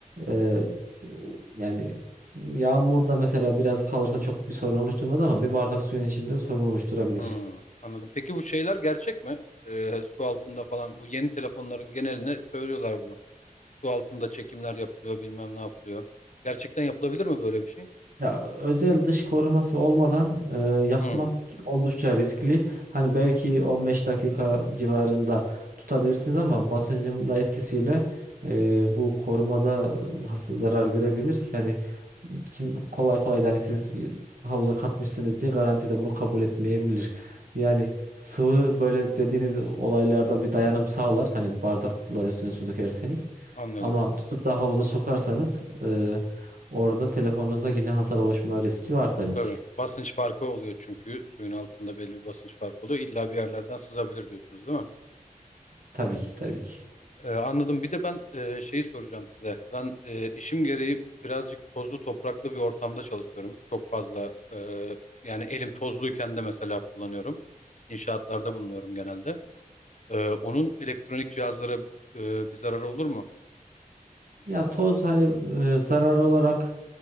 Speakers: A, on the right; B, on the left.
A: E, yani yağmurda mesela biraz kalırsa çok bir sorun oluşturmaz ama bir bardak suyun içinde sorun oluşturabilir.
B: hmm, anladım. Peki bu şeyler gerçek mi? Ee, su altında falan bu yeni telefonların geneline söylüyorlar bunu. Su altında çekimler yapılıyor, bilmem ne yapılıyor. Gerçekten yapılabilir mi böyle bir şey?
A: Ya özel dış koruması olmadan e, yapmak
B: Hmm,
A: oldukça riskli. Hani belki 15 dakika civarında tutabilirsiniz ama basıncın da etkisiyle e, bu korumada zas- zarar görebilir. Yani kim kolay kolay da hani siz bir havuza katmışsınız diye garantide bunu kabul etmeyebilir. Yani sıvı böyle dediğiniz olaylarda bir dayanım sağlar. Hani bardakla üstüne su dökerseniz.
B: anladım.
A: Ama tutup da havuza sokarsanız e, Orada telefonunuzda yine hasar oluşma riski var tabii
B: Tabii.
A: ki.
B: Basınç farkı oluyor çünkü suyun altında belli bir basınç farkı oluyor. İlla bir yerlerden sızabilir diyorsunuz değil mi?
A: Tabii ki tabii ki.
B: Ee, anladım. Bir de ben e, şeyi soracağım size. Ben e, işim gereği birazcık tozlu topraklı bir ortamda çalışıyorum. Çok fazla e, yani elim tozluyken de mesela kullanıyorum. İnşaatlarda bulunuyorum genelde. Ee, onun elektronik cihazlara e, bir zararı olur mu? Biliyor
A: Ya
B: musun?
A: toz hani e, zarar olarak